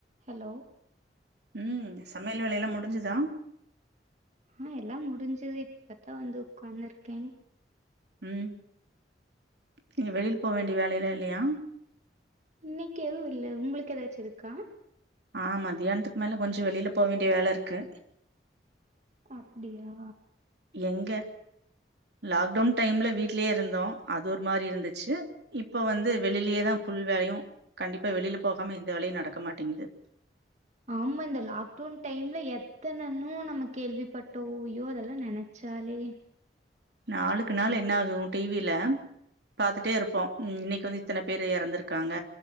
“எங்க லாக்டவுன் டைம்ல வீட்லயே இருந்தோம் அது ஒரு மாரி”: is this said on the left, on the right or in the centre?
Right